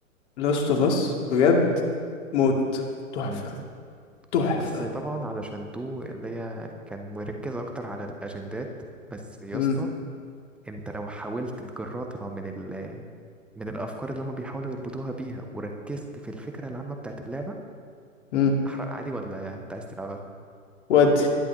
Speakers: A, on the left; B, in the centre.
A: لاست اوف اس بجد موت تحفة
B: مم.
A: تحفة
B: بس طبعا علشان تو اللي هي كان مركزة أكتر على الأجندات بس يا
A: امم
B: اسطى انت لو حاولت تجردها من ال من الافكار اللي هم بيحاولوا يربطوها بيها وركزت في الفكره العامه بتاعت اللعبه
A: امم
B: احرق عادي ولا انت عايز تلعبها
A: ودي